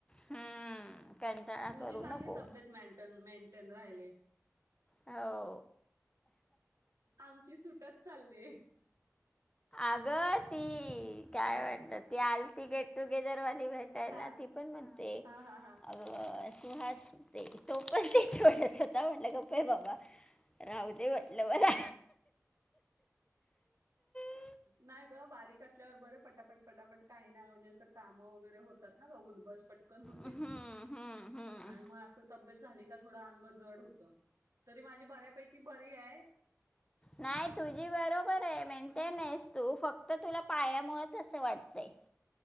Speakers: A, on the left (about 15°); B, on the right (about 85°).
A: हम्म कंटाळा
B: तुझी
A: करू
B: चांगली
A: नको
B: तब्येते म्यांटन मेंटन. राहीलेय.
A: हो.
B: आमची सुूटच चाललीय.
A: अगं ती काय म्हणत ती आल त गेट टुगेदर भेटायला
B: हा
A: ती पण म्हणते
B: हा हा हा
A: अ तू हास ते तो पण ते ट स्वचा म्हटलं गप्प आहे बाबा राहू दे म्हटलं मला <inaudible>
B: नाही ब बारीक असल्यावर बरं पटापट पटापट काही नाही म्हणजे असं काम वगैरे होतात ना ग उटबस पटकन होते.
A: हम्म हम्म हम्म
B: <inaudible> आणि मग अस तब्येत. झाले का थोड अंग जड होत तरी माझी बऱ्यापैकी बरी हाय.
A: नाही तुझी बरोबर आहे मेंटेन आहेस तू. तो फक्त तुला पायामुळेच असं वाटतंय.